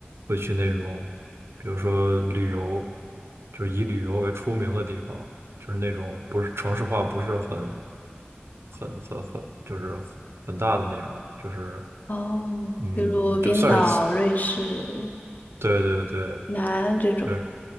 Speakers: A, on the right; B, on the left.
A: 会去那种，比如说旅游，就是以旅游为出名的地方，就是那种不是城市化不是很很很很，就是很大的那种，就是
B: 哦，
A: 嗯，
B: 比如冰岛、
A: 就算是
B: 瑞士、
A: 对对对，
B: 南安这种。
A: 就是